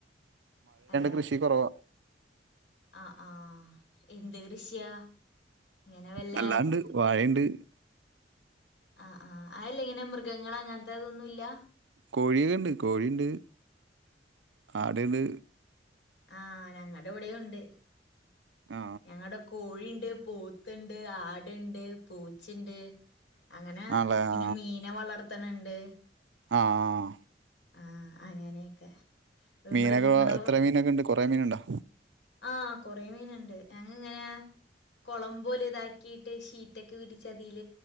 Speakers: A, on the left (about 70°); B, on the right (about 75°).
A: ഏ
B: കൃഷി കുറവാ
A: അ ആ എന്ത് കൃഷിയാ ഇങ്ങനെ വല്ല
B: അല്ലാണ്ട് വാഴണ്ട്
A: ആ ആ അല്ല ഇങ്ങനെ മൃഗങ്ങൾ അങ്ങനത്തെതൊന്നുമില്ല
B: കോഴിയൊണ്ട് കോഴിണ്ട് ആടണ്ട്
A: ആ ഞങ്ങടവിടെ ഉണ്ട്
B: ആ
A: ഞങ്ങടെ കോഴിണ്ട് പോത്തുണ്ട് ആടുണ്ട് പൂച്ചണ്ട് അങ്ങനെ
B: ആണല്ലേ
A: പിന്നെ
B: ആ
A: മീനെ വളർത്തണുണ്ട്
B: ആ ആ
A: ആ അങ്ങനെയൊക്കെ ഒരു
B: മീനൊക്കെ
A: മൃഗങ്ങളെ
B: എത്ര മീനൊക്കെ ഉണ്ട് കൊറെേ മീനുണ്ടോ
A: ആ കൊറെേ മീനുണ്ട് ഞങ്ങ ഇങ്ങനെയാ കുളം പോലെ ഇതാക്കിയിട്ട് ഷീറ്റൊക്കെ വിരിച്ചതിൽ